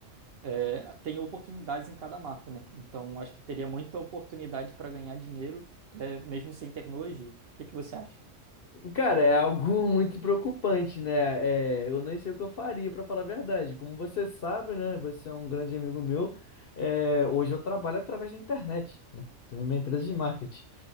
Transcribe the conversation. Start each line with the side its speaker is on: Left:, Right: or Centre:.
Right: É, tem oportunidades em cada marco, né? Então acho que teria muita oportunidade para ganhar dinheiro, é, mesmo sem tecnologia. O que que você acha?
Left: Cara, é algo <laughs> muito preocupante, né? É, eu nem sei o que eu faria, pra falar a verdade. Como você sabe, né? Você é um grande amigo meu. é, hoje eu trabalho através da internet, né? Tenho uma empresa de marketing.